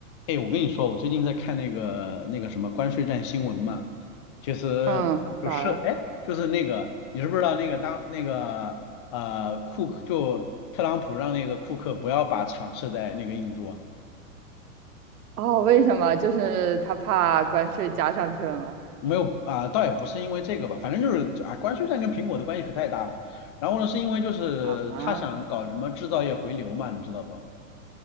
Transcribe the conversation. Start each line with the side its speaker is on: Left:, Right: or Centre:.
Left: 哎，我跟你说，我最近在看那个那个什么关税战新闻嘛，其实就是哎，
Right: 嗯，咋了？
Left: 就是那个你知不知道那个当那个呃库克就特朗普让那个库克不要把厂设在那个印度啊
Right: 哦，为什么？就是他怕关税加上去了吗？
Left: 没有啊、倒也不是因为这个吧，反正就是啊关税战跟苹果的关系可太大了。然后呢，是因为就是他想搞什么制造业回流嘛，
Right: 啊，
Left: 你知道不？